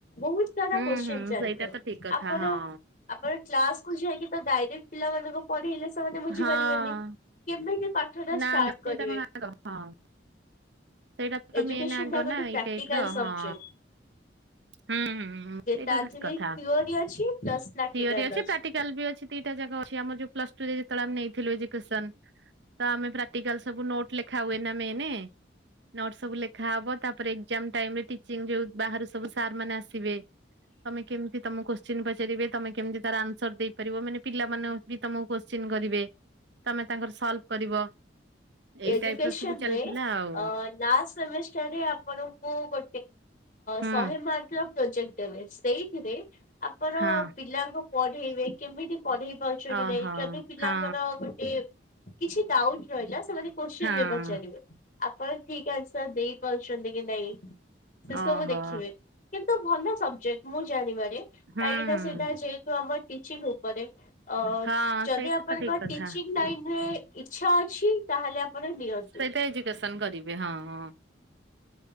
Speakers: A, on the left; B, on the right.
A: ବହୁତ ସାରା
B: ହୁଁ
A: କ୍ଵସଚିନ
B: ହୁଁ
A: ଚାଲିଥାଏ
B: ସେଇଟା ତ ଠିକ କଥା
A: ଆପଣ
B: ହଁ
A: ଆପଣ କ୍ କୁଝା ତ ଡାଇରେକ୍ଟ ପିଲାମାନଙ୍କୁ ପଢେଇଲେ ସେମାନେ ବୁଝିପାରିବେନି।
B: ହଁ
A: କେମିତି ପାଠଟା
B: ନା
A: ଷ୍ଟାର୍ଟ
B: ନା ସେଇଟା
A: କରିବେ?
B: କଣ ଆଗ ହଁ ସେଇଟା ତ
A: ଏଜୁକନଟା
B: ମେନ୍ ଆଗ
A: ଗୋଟେ
B: ନା ଏଇ
A: ପ୍ରାକ୍ଟିକାଲ
B: ଟାଇପ ର
A: ସବଜେଟ।
B: ହଁ ହୁଁ ହଁ ସେଇଟା
A: ତା
B: ତ
A: ଦେହରେ
B: କଥା
A: ଥିଓରି ଅଛି ପ୍ଲସ ପ୍ରାକ୍ଟିକାଲ
B: ଥିଓରି ଅଛି ପ୍ରାକ୍ଟିକାଲ ବି ଅଛି ଦିଟା ଯାକ ଅଛି ଆମର ଯୋଉ ପ୍ଲସଟୁରେ ଯେତେବେଳେ ଆମେ ନେଇଥିଲୁ ଏଜୁକେସନ ତ ଆମେ ପ୍ରାକ୍ଟିକାଲ ସବୁ ନୋଟ ଲେଖା ହୁଏ ନା ମେନ। ନଟ ସବୁ ଲେଖା ହବ ତାପରେ ଏଜାମ ଟାଇମରେ ଟିଚିଂ ଯୋଉ ବାହ ସବୁ ସାର୍ ମାନେ ଆସିବେ। ତମେ କେମିତି ତମ କୋଶ୍ଚି ପଚାରିବେ ତମେ କେମିତି ତାର ଆନ୍ସର ଦେଇପାରିବ ମାନେ ପିଲା ମାନ ବି ତମକୁ କୋଶ୍ଚିନ୍ କରିବେ ତମେ ତାଙ୍କର ସଲଭ କରିବ। ଏଇ
A: ଏଯୁକେସନରେ
B: ଟାଇପ ର ସବୁ ଚାଲିଥିଲା ଆଉ
A: ଅ ଲାଷ୍ଟ ସେମିଷ୍ଟାରରେ ଆପଣଙ୍କୁ ଗୋ
B: ହୁଁ
A: ଶହେ ମାର୍କର ପ୍ରୋଜେକ୍ଟ ଦେବେ ସେଇଥିରେ ଆପଣ
B: ହଁ।
A: ପିଲାଙ୍କୁ ପଢେଇବେ କେମିତି ପଢେଇ ପାରୁଛନ୍ତି
B: ଓହୋ
A: ନାହିଁ ଯଦି ପିଲାଙ୍କର
B: ହଁ
A: ଗୋଟେ କିଛି ଡାଉଟ ରହିଲା ସେମାନେ କ୍ବଚୀନ
B: ହଁ
A: ବି ପଚାରିବେ। ଆପଣ ଠିକ ଆନ୍ସର ଦେଇପାରୁଛନ୍ତି କି ନାଇଁ ସେ
B: ଓହୋ
A: ସବୁ ଦେଖିବେ। କିନ୍ତୁ ଭଲ ସବଜେକ୍ଟ ମୁଁ ଜାଣିବାରେ
B: ହୁଁ
A: କାହିଁକିନା
B: ହୁଁ।
A: ସେଟା ଯେ ତ ଆମ ଟିଚିଂ ଉପରେ ଅ
B: ହଁ
A: ଯଦି
B: ସେଇଟା
A: ଆପଣଙ୍କ
B: ତ ଠିକ କଥା
A: ଟିଚିଂ ଲାଇନରେ ଇଚ୍ଛା ଅଛି ତାହେଲେ ଆପଣ ନିଅନ୍ତୁ
B: ସେଇଟା ଏଜୁକେସନ କରିବେ ହଁ ହଁ।